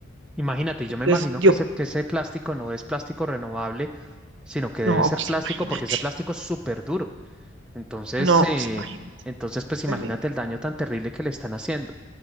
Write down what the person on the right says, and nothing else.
Entonces,
yo,
no,
pues
imagínate,
no, pues
imagínate,
terrible.